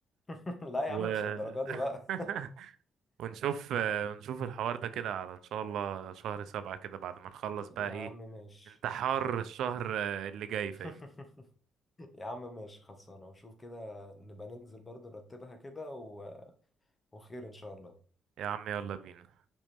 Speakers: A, on the left (about 25°); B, on the right (about 75°).
A: <laughs> لا يا
B: و
A: عم مش للدرجه دي بقى
B: <laughs> ونشوف آه، ونشوف الحوار ده كده على ان شاء الله شهر سبعة كده بعد ما نخلص بقى
A: يا
B: ايه
A: عم ماشي
B: انتحار الشهر آه، اللي جاي
A: <laughs>
B: فاهم
A: يا عم ماشي خلصانه وشوف كده نبقى ننزل برضه نرتبها كده و... وخير ان شاء الله
B: يا عم يلا بينا